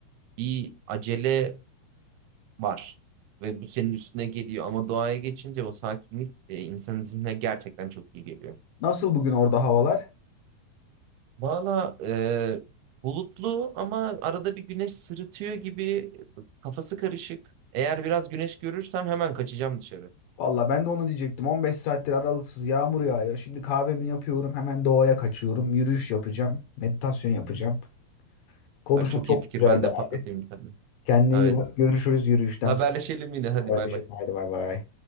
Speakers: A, on the right; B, on the left.
A: bir acele var. Ve bu senin üstüne geliyor ama doğaya geçince o sakinlik e, insanın zihnine gerçekten çok iyi geliyor.
B: Nasıl bugün orada havalar?
A: Valla e, bulutlu ama arada bir güneş sırıtıyor gibi kafası karışık. Eğer biraz güneş görürsem hemen kaçacağım dışarı.
B: Valla ben de onu diyecektim. 15 saattir aralıksız yağmur yağıyor. Şimdi kahvemi yapıyorum. Hemen doğaya kaçıyorum. Yürüyüş yapacağım. Meditasyon yapacağım. Konuşma
A: Abi çok
B: çok
A: iyi fikir
B: güzeldi
A: ben de
B: abi.
A: patlatayım bir tane.
B: Kendine
A: Evet
B: iyi bak. Görüşürüz yürüyüşten
A: haberleşelim
B: sonra.
A: yine hadi
B: Haberleşelim.
A: bay bay.
B: Haydi bay bay.